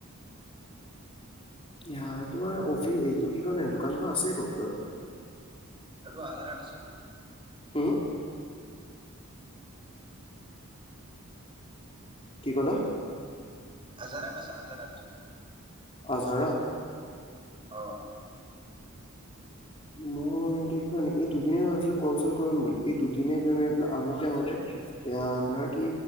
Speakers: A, on the left (about 25°); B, on the right (about 25°).
A: এ, তোমাৰ অফি এইটো কি কয় দোকানখন আছে ক'ত বাৰু?
B: এইটো আজাৰাত আছে।
A: হু? কি ক'লা?
B: আজাৰাত আছে আজাৰাত।
A: আজাৰাত?
B: অ'।
A: মই এইটো কি কয় নাই এই দুদিনে ভাবছিলোঁ কল চল কৰিম বুলি, এই দুদিনে কৰিম এই প আহোতে আহোতে এয়া ধৰা কি